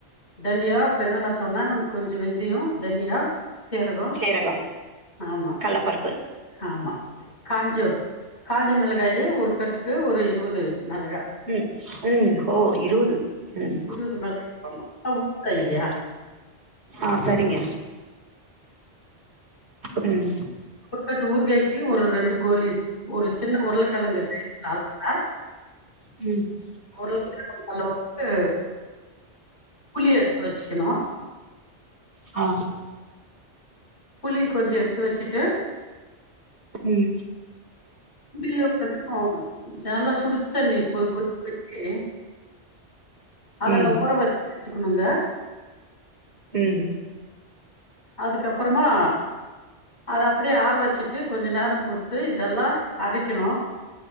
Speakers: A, on the left (about 65°); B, on the right (about 65°).
A: தன்யா இப்ப என்னன்ன சொன்னே கொஞ்சோ வென்ந்தியோ தனியா சீரகோ
B: சீரகோ
A: ஆமா
B: கல்லப்பருப்பு
A: ஆமா காஞ்சூர் காஞ்ச மிளகாயி ஒரு கட்டுக்கு ஒரு இருவது மிளகா
B: ம் ம் ஓ இருவது ம்
A: இருவது மண்ணேரம் பண்ணோ அது ஊர்கா இல்லயா
B: ம் ஆ செரிங்க ம்
A: ஒருக்கட்டு ஊர்காய்க்கு ஒரு ரெண்டு கோலி ஒரு சின்ன உருளைக்கிழங்கு சைஸ்ல நாளா அ
B: ம்
A: உருலகிழங்கு அளவுக்கு புளி எடுத்து வச்சுக்கணு
B: அ
A: புளி கொஞ்சோ எடுத்து வச்சுட்டு
B: ம்
A: உள்ள <unintelligible> நல்லா சுடு தண்ணி போய் கொதிக்க வச்சு அதலா
B: ம்
A: ஊற வச்சி எத்துக்கணுங்க
B: ம்
A: அதுக்கப்பறமா அத அப்டியே ஆற வச்சுட்டு கொஞ்சோ நேர பொருத்து இதெல்லா அரைக்கணு